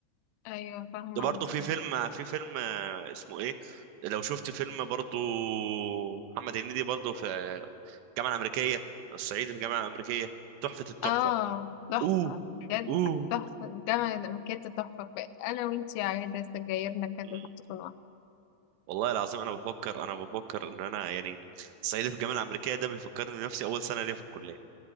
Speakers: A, on the left; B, on the right.
A: ايوه فاهمه
B: ده برضه
A: قصدك
B: في فيلم في فيلم آه، اسمه ايه لو شفت فيلم برضه محمد هنيدي برضه في آه، الجامعة الأمريكية الصعيدي في الجامعة الأمريكية تحفة التحفة
A: اه تحفه
B: اوه
A: بجد
B: اوه
A: تحفه الجامعه ده مكانت تحفه انا وانتي عايده سجايرنا كانت
B: مم.
A: بتكون واحده
B: والله العظيم انا بفكر انا بفكر ان انا يعني الصعيدي في الجامعة الأمريكية ده بيفكرني بنفسي اول سنة ليا في الكلية